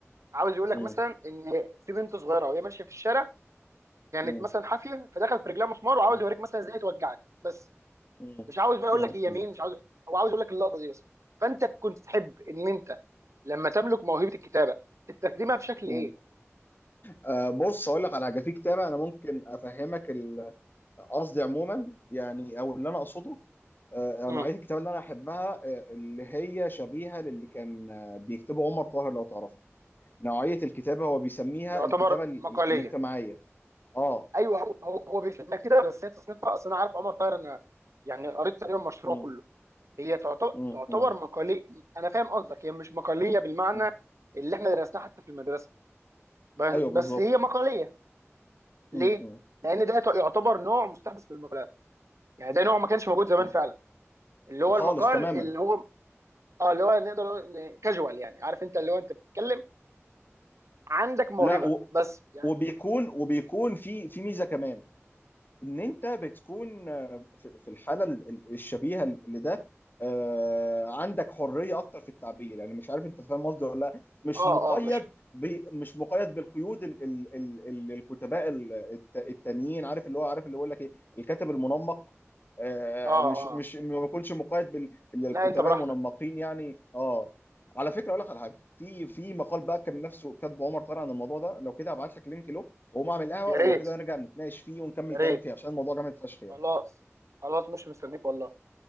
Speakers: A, on the right; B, on the left.
A: عاوز يقول لك
B: مم.
A: مثلا ان في بنت صغيره وهي ماشيه في الشارع كانت
B: مم.
A: مثلا حافيه فدخل في رجلها مسمار وعاوز
B: مم.
A: يوريك مثلا ازاي توجعك بس
B: مم.
A: مش عاوز بقى يقول
B: مم.
A: لك هي مين مش عاوز هو عاوز يقول لك اللقطه دي بس فانت كنت تحب ان انت لما تملك موهبه الكتابه تستخدمها في شكل
B: مم.
A: ايه؟
B: آه، بص اقول لك على حاجه في كتاب انا ممكن افهمك ال- قصدي عموما يعني او اللي انا اقصده آه،
A: امم
B: نوعيه الكتاب اللي انا احبها آه، اللي هي شبيهه للي كان آه، بيكتبه عمر طاهر لو تعرفه نوعيه الكتابه هو بيسميها
A: يعتبر
B: الكتابه ال-
A: مقاليه
B: ال- الاجتماعيه اه
A: ايوه هو هو, هو بيفهمها كده بس هي تصنيفها اصل انا عارف عمر طاهر انا يعني قريت تقريبا مشروعه
B: مم.
A: كله هي تعتبر
B: مم.
A: تعتبر
B: مم.
A: مقاليه انا فاهم قصدك هي مش مقاليه بالمعنى
B: مم.
A: اللي احنا درسناه حتى في المدرسه ب-
B: ايوه بالظبط
A: بس هي مقاليه ليه؟
B: مم. مم.
A: لان ده يعتبر نوع مستحدث من المقالات يعني ده نوع ما كانش موجود زمان
B: مم.
A: فعلا اللي هو
B: خالص
A: المقال
B: تماما
A: اللي هو اه اللي هو نقدر نقول كاجوال يعني عارف انت اللي هو انت بتتكلم عندك موهبه
B: لا و...
A: بس يعني
B: وبيكون وبيكون في في ميزه كمان ان انت بتكون آه، في في الحاله ال- ال- الشبيهه لده آه، عندك حريه اكتر في التعبير يعني مش عارف انت فاهم قصدي ولا لا مش
A: اه
B: مقيد
A: اه مش
B: ب- مش مقيد بالقيود ال- ال- ال- ال- الكتباء ال- الت- التانيين عارف اللي هو عارف اللي بيقول لك ايه الكاتب المنمق آه،
A: اه
B: مش
A: اه
B: مش ما بيكونش مقيد بال- بالكتباء
A: لا انت براحتك
B: المنمقين يعني اه على فكره اقول لك على حاجه في في مقال بقى كان نفسه كاتبه عمر طارق عن الموضوع ده لو كده هبعت لك لينك له واقوم اعمل قهوه
A: يا
B: ولو
A: ريت
B: كده نرجع نتناقش فيه ونكمل
A: يا
B: كلام
A: ريت
B: فيه عشان الموضوع جامد فشخ يعني
A: خلاص خلاص مش مستنيك والله